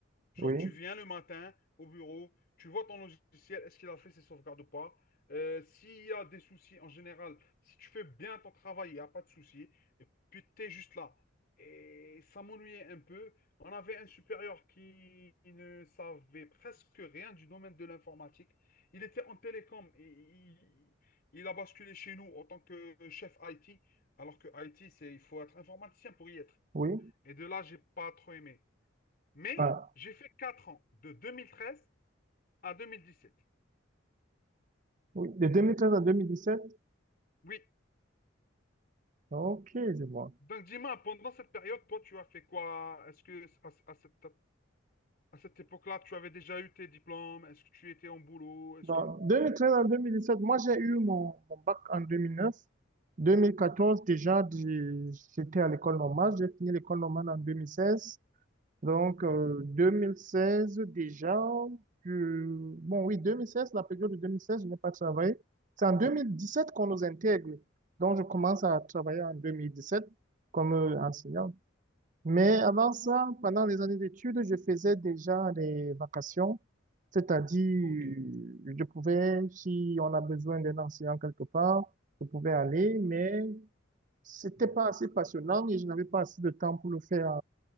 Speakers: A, on the left (about 50°); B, on the right (about 40°).
A: Genre,
B: Oui,
A: tu viens le matin au bureau, tu vois ton logiciel, est-ce qu'il a fait ses sauvegardes ou pas? Euh, s'il y a des soucis en général, si tu fais bien ton travail, il n'y a pas de soucis. Et puis, tu es juste là. Et ça m'ennuyait un peu. On avait un supérieur qui ne savait presque rien du domaine de l'informatique. Il était en télécom et il, il a basculé chez nous en tant que chef IT, alors que IT, c'est, il faut être informaticien pour y être.
B: oui,
A: Et de là, j'ai pas trop aimé. Mais
B: ah,
A: j'ai fait 4 ans, de 2013 à 2017.
B: oui, de 2013 à 2017.
A: Oui.
B: Ok, je vois.
A: Donc dis-moi, pendant cette période, toi, tu as fait quoi? Est-ce que à, à cette, à cette époque-là, tu avais déjà eu tes diplômes? Est-ce que tu étais en boulot? Est-ce
B: Dans
A: que...
B: 2013 à 2017, moi j'ai eu mon, mon bac en 2009. 2014 déjà, j'ai- j'étais à l'école normale. J'ai fini l'école normale en 2016. Donc euh,
A: Mhm.
B: 2016 déjà, je- bon oui, 2016, la période de 2016, je n'ai pas travaillé. C'est en 2017 qu'on nous intègre. Donc je commence à travailler en 2017 comme euh, enseignant. Mais avant ça, pendant les années d'études, je faisais déjà des vacations, c'est-à-dire
A: Ok.
B: je pouvais, si on a besoin d'un enseignant quelque part, je pouvais aller, mais c'était
A: Mhm.
B: pas assez passionnant et je n'avais pas assez de temps pour le faire